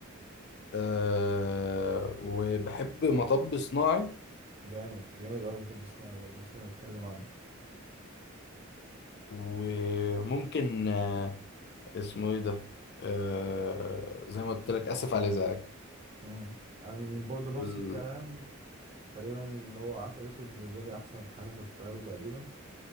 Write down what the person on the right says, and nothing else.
جامد جامد قوي مطب صناعي برضه لسه بنتكلم عنه
امم انا برضه نفس
الكلام تقريبا اللي هو عسل اسود بالنسبه لي احسن حاجه شفتها له تقريبا